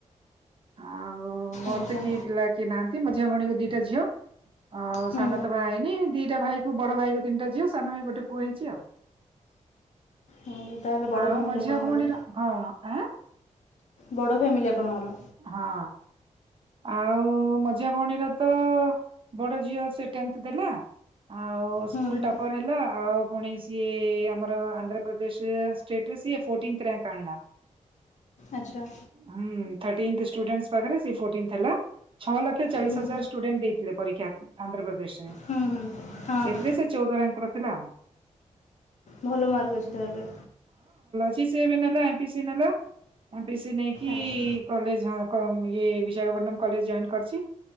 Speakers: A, on the right (about 45°); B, on the left (about 65°).
A: ଆଉ ମୋର
B: ଆଚ୍ଛା
A: ତ କେହି ପିଲା କିଏ ନାହାନ୍ତି ମଝିଆଁ ଭୋଉଣୀକୁ ଦିଟା ଝିଅ ଆଉ
B: ହୁଁ
A: ସାନ ତ ବାହା ହେଇନି ଦିଟା ଭାଇକୁ ବଡ଼ ଭାଇର ତିନିଟା ଝିଅ ସାନ ଭାଇ ଗୋଟେ ପୁଅ ହେଇଚି ଆଉ।
B: ହୁଁ ତାହେଲେ ବଡ଼
A: ଆଉ
B: ଫ୍ୟାମିଲି
A: ମଝିଆ
B: ଆପଣଙ୍କର
A: ଭଉଣୀର ହଁ। ଆଁ?
B: ବଡ଼ ଫ୍ୟାମିଲି ଆପଣଙ୍କର।
A: ହଁ ଆଉ ମଝିଆଁ ଭୋଉଣୀର ତ ବଡ଼ ଝିଅ ସ ଟେନ୍ଥ ଦେଲା ଆଉ
B: ହୁଁ
A: ସ୍କୁଲ
B: ହୁଁ
A: ଟପର ହେଲା ଆଉ ପୁଣି ସିଏ ଆମର ଆନ୍ଧ୍ରପ୍ରଦେଶ ଷ୍ଟେଟ୍ ରେ ସିଏ ଫୋଟିନ୍ଥ ରିଆଙ୍କ୍ ଆଣିଲା।
B: ଆଚ୍ଛା।
A: ହୁଁ ଦାଟିନ୍ଥ ଷ୍ଟୁଡେଣ୍ଟସ୍ ପାଖରେ ସିଏ ଫୋଟିନ୍ ଥିଲା ଛଅ ଲକ୍ଷ ଚାଳିଶ
B: ହୁଁ
A: ହଜାର ଷ୍ଟୁଡେଣ୍ଟ ଦେଇଥିଲେ ପରୀକ୍ଷା ଆନ୍ଧ୍ରପ୍ରଦେଶରେ
B: ହୁଁ ହୁଁ ହଁ
A: ସେଇଥିରେ ସେ ଚୋଉଦ ରିଆଙ୍କ୍ ର ଥିଲା ଆଉ।
B: ଭଲ ମାର୍କ ଅଛି ତାହେଲେ।
A: କି ସିଏ ଏବେ ନେଲା ଏମ୍ ପି ସି ନେଲା। ଏମ୍ ପି ସି ନେ କି
B: ଆଚ୍ଛା
A: କଲେଜ ହଁ କ ମୁଇ ଇ ବିଶାଖାପଟନମ୍ କଲେଜ ଜଏନ୍ କରିଛି।